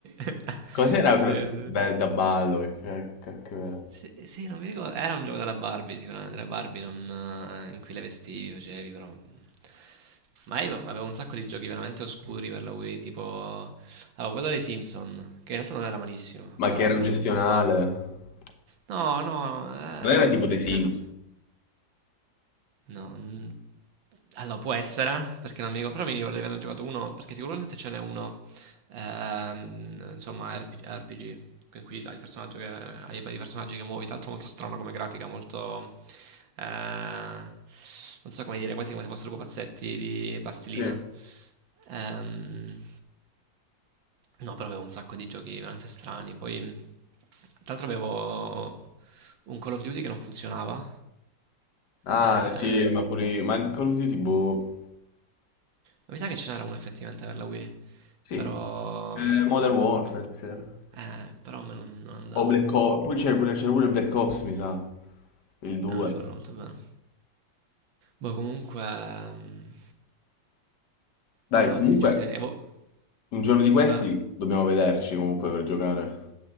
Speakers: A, on the right; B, on the left.
A: <laughs>
B: Cos'era?
A: sì, sì.
B: quella- Beh, da ballo, che ca- che cacchio era?
A: Sì, sì, non mi ricordo. Era un gioco della Barbie, sicuramente. Della Barbie non, eh, in cui le vestivi, facevi, però. mm. Ma io avevo un sacco di giochi veramente oscuri per la Wii, tipo. Avevo quello dei Simpson, che in realtà non era malissimo,
B: Ma
A: però
B: che era
A: vabbè.
B: gestionale.
A: No, no, ehm,
B: Non era tipo The Sims.
A: credo. No. n- Allora, può essere, perché non mi ricordo, però mi ricordo di averne giocato uno, perché sicuramente ce n'è uno, ehm, insomma, RP- RPG, in cui hai il personaggio che, hai i vari personaggi che muovi, tra l'altro molto strano come grafica, molto, eh, non so come dire, quasi come se fossero pupazzetti di plastilina.
B: Sì.
A: Ehm, no, però avevo un sacco di giochi veramente strani, poi, tra l'altro avevo un Call of Duty che non funzionava,
B: Ah,
A: eh,
B: sì, ma pure... Ma Call of Duty, boh...
A: Mi sa che ce n'era una effettivamente per la Wii,
B: Sì.
A: però...
B: Eh,
A: mm,
B: Modern Warfare. c'era.
A: Eh, però a me non, non andava.
B: O Black Ops... Poi c'era pure, c'era pure Black Ops, mi sa. Il 2.
A: Eh, non ricordo molto bene. Boh, comunque... mm,
B: Dai,
A: No, boh,
B: comunque,
A: tanti giochi se ne... boh,
B: un giorno di questi
A: eh.
B: dobbiamo vederci comunque per giocare.